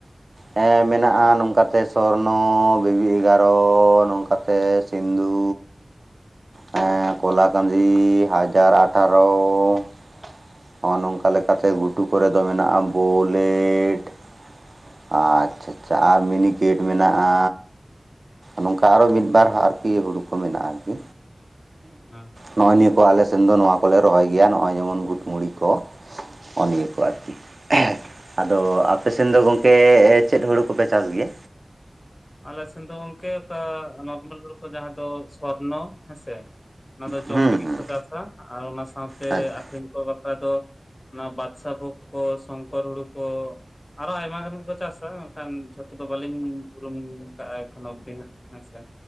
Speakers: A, on the right; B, on the left.
A: ᱦᱮᱸ ᱢᱮᱱᱟᱜᱼᱟ ᱱᱚᱝᱠᱟᱛᱮ ᱥᱚᱨᱱᱚ ᱵᱤᱵᱤ ᱮᱜᱟᱨᱚ ᱱᱚᱝᱠᱟᱛᱮᱼᱼ ᱤᱧ ᱫᱚᱻ ᱦᱮᱸ ᱠᱚᱞᱟ ᱠᱟᱫᱤ ᱦᱟᱡᱟᱨ ᱟᱴᱷᱟᱨᱚ ᱾ ᱱᱚᱜᱼᱚ ᱱᱚᱝᱠᱟ ᱞᱮᱠᱟᱛᱮ ᱜᱷᱩᱴᱩ ᱠᱚᱨᱮ ᱫᱚ ᱢᱮᱱᱟᱜᱼᱟ ᱵᱚᱞᱮᱴ ᱾ ᱟ-ᱪ-ᱪᱷᱟᱪᱼᱪᱷᱟ ᱟᱨ ᱢᱤᱱᱤᱠᱮᱴ ᱢᱮᱱᱟᱜᱼᱟ᱾ ᱱᱚᱝᱠᱟ ᱟᱨᱚ ᱢᱤᱫᱵᱟᱨ ᱟᱨᱠᱤ ᱦᱩᱲᱩ ᱠᱚ ᱢᱮᱱᱟᱜᱼᱟ ᱟᱨᱠᱤ᱾
B: ᱦᱮᱸ
A: ᱱᱚᱜᱼᱚᱭ ᱱᱤᱭᱟᱹ ᱠᱚ ᱟᱞᱮ ᱥᱮᱱ ᱫᱚ ᱱᱚᱣᱟ ᱠᱚᱞᱮ ᱨᱚᱦᱚᱭ ᱜᱮᱭᱟ ᱱᱚᱜᱼᱚᱭ ᱡᱮᱢᱚᱱ ᱜᱩᱴᱢᱚᱲᱤ ᱠᱚ ᱾ ᱦᱚᱸᱜᱼ ᱱᱤᱭᱟᱹ ᱠᱚ <unintelligible> ᱟᱨᱠᱤ ᱟᱫᱚ ᱟᱯᱮ ᱥᱮᱱ ᱫᱚ ᱜᱚᱝᱠᱮ ᱪᱮᱫ ᱦᱩᱲᱩ ᱠᱚᱯᱮ ᱪᱟᱥ ᱜᱮᱭᱟ?
B: ᱟᱞ ᱥᱮ ᱫᱚ ᱜᱝᱠᱮ ᱠᱟ ᱱᱟᱢᱚᱞ <unintelligible> ᱡᱟᱦᱟᱸ ᱫᱚ ᱥᱚᱨᱱᱚ ᱦᱮᱸᱥ, ᱚᱱᱟ ᱫᱚ
A: ᱦᱩᱸ
B: ᱡᱚᱢ ᱞᱟᱹᱜᱤᱫ
A: ᱦᱩᱸ
B: ᱾ ᱠᱚ ᱪᱟᱥᱟ ᱟᱨ ᱚᱱᱟ ᱥᱟᱶᱛᱮ
A: ᱟᱪᱪᱷᱟ
B: ᱟᱠᱷᱨᱤᱧ ᱠᱚ ᱵᱟᱠᱷᱨᱟ ᱫᱚ ᱚᱱᱟ ᱵᱟᱫᱥᱟ ᱵᱷᱳᱜᱽ ᱠᱚ ᱥᱚᱝᱠᱚᱨ ᱦᱩᱲᱩ ᱠᱚ ᱟᱨᱚ ᱟᱭᱢᱟ ᱜᱟᱱ ᱜᱮᱠᱚ ᱪᱟᱥᱟ ᱢᱮᱱᱠᱷᱟᱱ ᱡᱷᱚᱛᱚ ᱫᱚ ᱵᱟᱹᱞᱤᱧ ᱞᱚᱢᱤᱱ ᱵᱩ ᱠᱟᱜᱼᱟ ᱮᱠᱷᱚᱱ ᱚᱵᱫᱤ ᱦᱟᱸᱜ ᱦᱮᱸᱥᱮ᱾